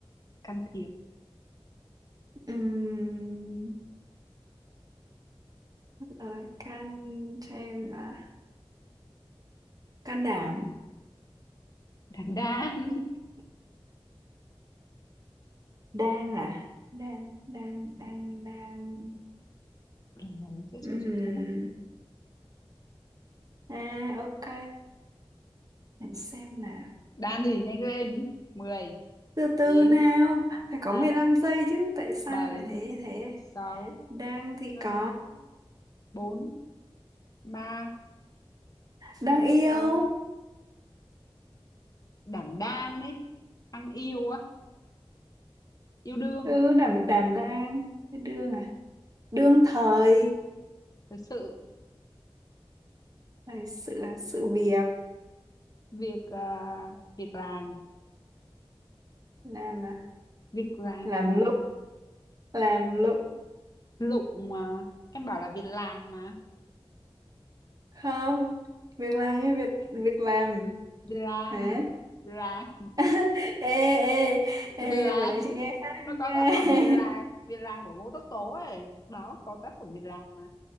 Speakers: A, on the left; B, on the right.
A: can thiệp
B: Ừm, rồi can cho em à can đảm
A: đảm đang <laughs>
B: đang à đang đang đang đang
A: lần này em sẽ
B: Ừm,
A: cho chị thua
B: à ok để xem nào
A: Đan gì nhanh lên. mười
B: từ từ
A: chín
B: nào phải có
A: tám
B: mười lăm giây chứ tại sao
A: bảy
B: lại thế thế
A: sáu
B: đang thì
A: năm
B: có
A: bốn ba
B: đang yêu
A: 2, đảm đang ấy. Ăn yêu á, yêu đương.
B: ừ đảm đảm đang Cái đương à đương thời
A: Thật sự,
B: là sự là sự việc
A: việc à, việc làm,
B: làm à
A: việc làm,
B: làm
A: ừ.
B: lụng làm lụng
A: lụng mà. Em bảo là việc làng mà.
B: không việc làm như việc việc làm
A: Việc làng,
B: hả
A: việc làng,
B: <laughs> ê, ê,
A: <laughs>
B: ê,
A: việc làng.
B: vừa nãy chị nghe khác
A: Nó
B: nha.
A: có tác phẩm việc làng,
B: <laughs>
A: việc làng của Ngô Tất Tố ấy. Đó, có tác phẩm việc làng mà.